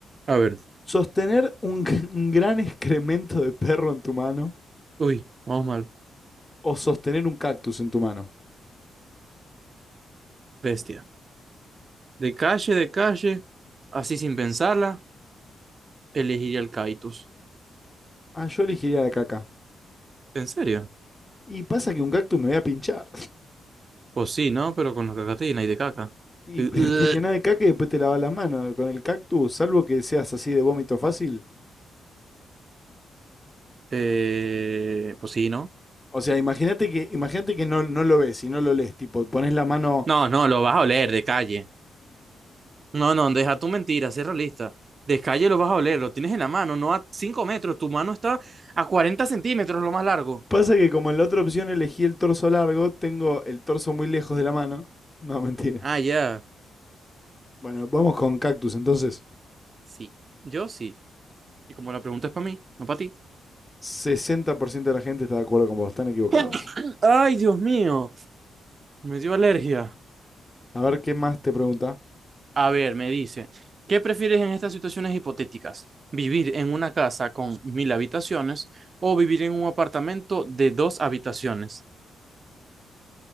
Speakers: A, on the right; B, on the left.
A: a ver,
B: ¿Sostener un, g- un gran excremento de perro en tu mano
A: uy, vamos mal,
B: o sostener un cactus en tu mano?
A: bestia. De calle, de calle, así sin pensarla, elegiría el Kaitus.
B: Ah, yo elegiría la caca.
A: ¿En serio?
B: Y pasa que un cactus me voy a pinchar.
A: Pues sí, ¿no? Pero con la cacatina y de caca.
B: Y
A: Eh,
B: <laughs> pero
A: eh,
B: te llenas de caca y después te lavas las manos con el cactus, salvo que seas así de vómito fácil.
A: eh, pues sí, ¿no?
B: O sea, imagínate que, imagínate que no, no lo ves y no lo lees, tipo, pones la mano.
A: No, no, lo vas a oler de calle. No, no, deja tu mentira, sé realista. De calle lo vas a oler, lo tienes en la mano, no a 5 metros, tu mano está a cuarenta centímetros, lo más largo.
B: Pasa que como en la otra opción elegí el torso largo, tengo el torso muy lejos de la mano. No, mentira.
A: Ah, ya.
B: Bueno, vamos con cactus, entonces.
A: Sí, yo sí. Y como la pregunta es para mí, no para ti.
B: sesenta por ciento de la gente está de acuerdo con vos, están equivocados.
A: <clears throat> Ay, Dios mío, me dio alergia.
B: A ver qué más te pregunta.
A: A ver, me dice, ¿qué prefieres en estas situaciones hipotéticas? ¿Vivir en una casa con mil habitaciones o vivir en un apartamento de dos habitaciones?